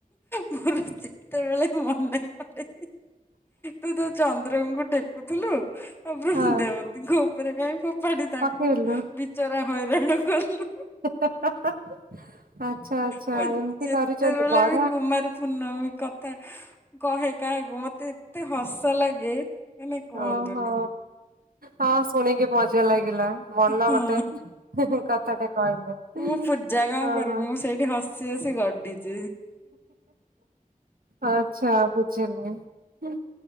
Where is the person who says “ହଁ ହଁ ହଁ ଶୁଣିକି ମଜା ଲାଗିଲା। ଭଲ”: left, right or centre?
Right